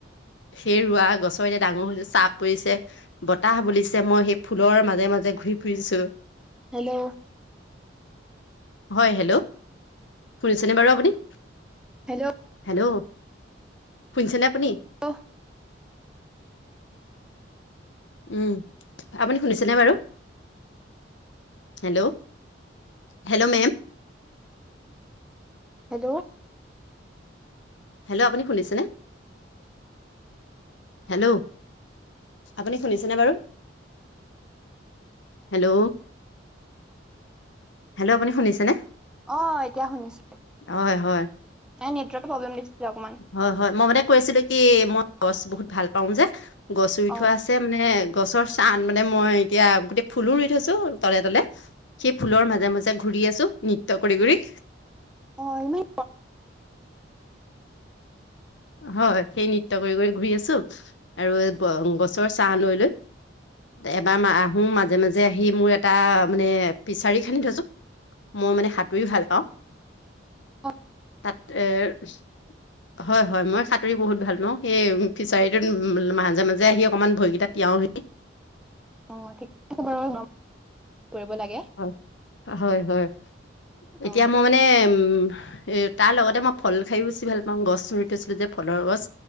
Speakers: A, on the left; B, in the centre.
A: সেই ৰোৱা গছৰ এতিয়া ডাঙৰ হৈছে চাহ পৰিছে- বতাহ বুলিছে মই সেই ফুলৰ মাজে মাজে ঘূৰি ফুৰিছো।
B: হেল্লৌ!
A: হয়ঁ হেল্লৌ শুনিছেনে বাৰু আপুনি।
B: হেল্লৌ!
A: হেল্লৌ শুনিছেনে আপুনি?
B: অহ!
A: উমঁ আপুনি শুনিছেনে বাৰু hello! Hello ma'am.
B: Hello!
A: Hello আপুনি শুনিছেনে? হেল্লৌ আপুনি শুনিছেনে বাৰু? হেল্লৌ হেল্লৌ আপুনি শুনিছেনে?
B: অঁ এতিয়া শুনিছোঁ।
A: হয়ঁ হয়ঁ।
B: তাইৰ নেৱাৰ্কৰ প্ৰব্লেম দিছিলে অকমান।
A: হয়ঁ হয়ঁ মই মানে কৈ আছিলো কি মই গছ বহুত ভাল পাওঁ যে গছ ৰুই
B: অ
A: থোৱা আছে মানে- গছৰ চাহ মানে মই এতিয়া গোটেই ফুলো ৰুই থৈছো তলে তলে। সেই ফুলৰ মাজে মাজে ঘূৰি আছো নৃত্য কৰি কৰি।
B: অহ এনেই।
A: হয়ঁ সেই নৃত্য কৰি কৰি ঘূৰি আছো আৰু গছৰ চাহ লৈ লৈ। এবাৰ আহো মাজে মাজে আহি মোৰ এটা মানে ফিচাৰি খান্দি থৈছোঁ। মই মানে সাঁতুৰিও ভাল পাওঁ।
B: অহ!
A: তাতে এ হয়ঁ। হয়ঁ মই সাঁতুৰি বহুত ভাল পাওঁ ন সেই ফিচাৰীটোত মাজে মাজে আহি অকণমান ভৰিকেইটা তিয়াওহি।
B: অঁ ঠিক আছে বাৰু কৰিব লাগে।
A: হয়ঁ হয়ঁ হয়ঁ এতিয়া
B: অ
A: মই মানে উমঁ এত- তাৰ লগতে মই ফল খাইও বেছি ভাল পাওঁ গছ ৰুই থৈছিলো যে ফলৰ গছ।